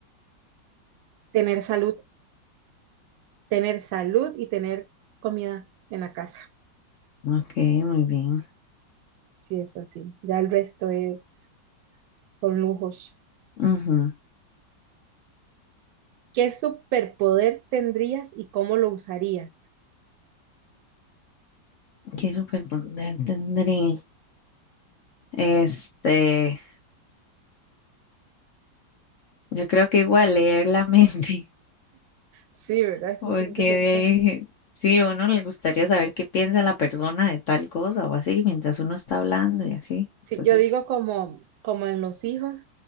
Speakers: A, on the right; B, on the left.
A: Tener salud, tener salud y tener comida en la casa.
B: Ok, muy bien.
A: Sí es así. Ya el resto es, son lujos.
B: Ujú.
A: ¿Qué superpoder tendrías y cómo lo usarías?
B: ¿Qué superpoder tendré? Este, yo creo que igual leer la mente. <laughs>
A: Sí, ¿verdad? Es
B: Porque
A: que siento que esto.
B: de ahí, <laughs> sí, a uno le gustaría saber qué piensa la persona de tal cosa o así, mientras uno está hablando y así. Entonces,
A: Sí, yo digo como, como en los hijos,